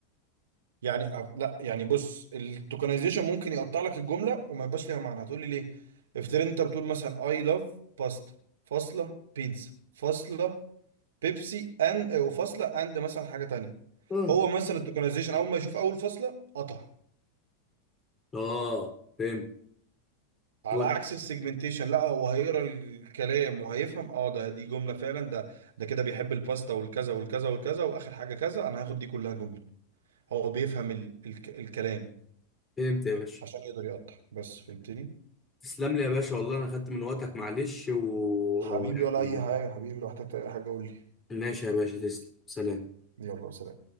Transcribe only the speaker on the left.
اه
اه فهمت
واضح
فهمت يا باشا
تسلم لي يا باشا والله انا خدت من وقتك معلش ويعني
ماشي يا باشا تسلم سلام